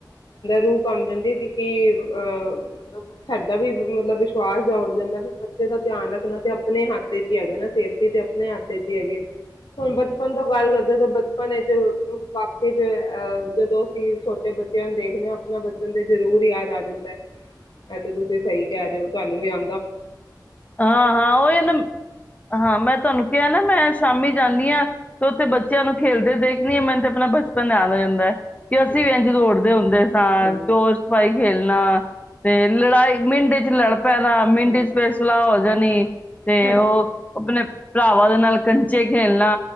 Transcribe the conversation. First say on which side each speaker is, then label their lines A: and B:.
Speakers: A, on the left; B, on the left.
A: ਰੂਹ ਕਮ ਜਾਂਦੀ ਕਿਉਂਕਿ ਅਹ ਮਤਲਬ ਸਾਡਾ ਵੀ ਮਤਲਬ ਵਿਸ਼ਵਾਸ ਜਾ ਉੱਡ ਜਾਂਦਾ ਵੀ ਬੱਚੇ ਦਾ ਧਿਆਨ ਰੱਖਣਾ ਤੇ ਆਪਣੇ ਹੱਥ ਚ ਹੀ ਹੈਗਾ ਨਾ ਸੇਫਟੀ ਤੇ ਆਪਣੇ ਹੱਥ ਚ ਹੀ ਹੈਗੀ ਹੈ ਹੁਣ ਬਚਪਨ ਤੋਂ ਗੱਲ ਕਰਦੇ ਤਾਂ ਬਚਪਨ ਵਾਕ ਚ ਅਹ ਜਦੋਂ ਛੋਟੇ ਬੱਚਿਆਂ ਨੂੰ ਦੇਖਣੇ ਆਪਣਾ ਬਚਪਨ ਤੇ ਜਰੂਰ ਯਾਦ ਆ ਜਾਂਦਾ ਇਹ ਤੇ ਤੁਸੀਂ ਸਹੀ ਕਹਿ ਰਹੇ ਹੋ ਤੁਹਾਨੂੰ ਵੀ ਆ
B: ਹਾਂ ਹਾਂ ਉਹ ਨਾ ਹਾਂ ਮੈਂ ਤੁਹਾਨੂੰ ਕਿਹਾ ਨਾ ਮੈਂ ਸ਼ਾਮੀ ਜਾਂਦੀ ਹਾਂ ਤੇ ਉੱਥੇ ਬੱਚਿਆਂ ਨੂੰ ਖੇਲਦੇ ਦੇਖਣੀ ਆ ਮੈਨੂੰ ਤੇ ਆਪਣਾ ਬਚਪਨ ਯਦ ਹੋ ਜਾਂਦਾ ਹੈ ਕਿ ਅਸੀਂ
A: ਹਾਂਜੀ,
B: ਵੀ ਇੰਝ ਦੌੜਦੇ ਹੁੰਦੇ ਸਾਂ
A: ਹਾਂਜੀ,
B: ਚੋਰ ਸਛਪਾਈ ਖੇਲਣਾ ਤੇ ਲੜਾਈ ਮਿੰਟ ਚ ਪੈਲਾਂ ਮੈਨੂੰ
A: ਹਾਂ,
B: ਫਿਰ ਸਲਾਹ ਹੋ ਜਾਣੀ ਤੇ
A: ਹਾਂਜੀ,
B: ਉਹ ਆਪਣੇ ਭਰਾਵਾਾਂ ਦੇ ਨਾਲ ਕੰਚੇ ਖੇਲਣਾ